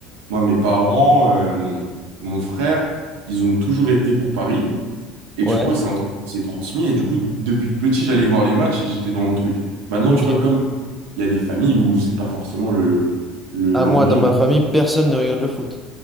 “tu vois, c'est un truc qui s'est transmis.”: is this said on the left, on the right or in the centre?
Right